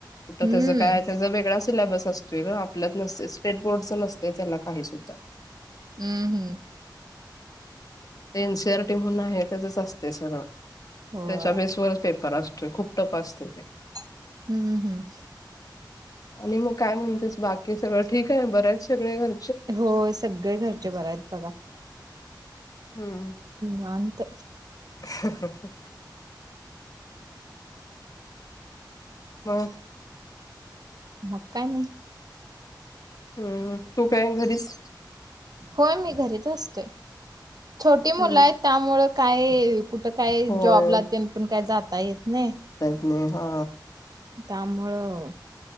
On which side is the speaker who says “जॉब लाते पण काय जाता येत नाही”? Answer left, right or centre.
Right